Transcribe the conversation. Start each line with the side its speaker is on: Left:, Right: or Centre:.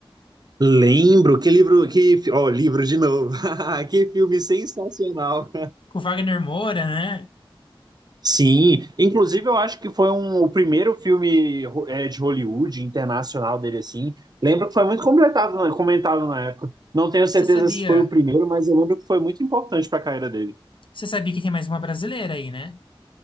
Right: Lembro, que livro, que, fi- ó, livro de novo. <laughs> Que filme sensacional.
Left: com o Wagner Moura, né?
Right: Sim, inclusive eu acho que foi um, o primeiro filme ro- eh, de Hollywood internacional dele assim. Lembro que foi muito completado, né, comentado na época. Não tenho certeza
Left: Você sabia,
Right: se foi o primeiro, mas eu lembro que foi muito importante para a carreira dele.
Left: você sabia que tem mais uma brasileira aí, né?